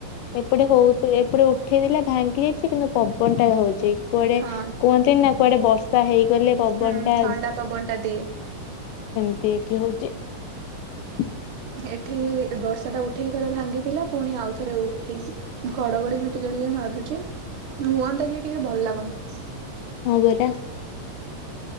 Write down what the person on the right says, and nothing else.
ହଁ
ହୁଁ
ଥଣ୍ଡା ପବନଟା ଦିଏ।
ଏଠି ବର୍ଷାଟା ଉଠେଇକି ଥରେ ଭାଙ୍ଗିଥିଲା ପୁଣି ଆଉ ଥରେ ଉଠେଇଛି ଘଡଘଡି ବି ଟିକେ ଟିକେ ମାରୁଛି ହୁଅନ୍ତା କି ଟିକେ ଭଲ ଲାଗନ୍ତା।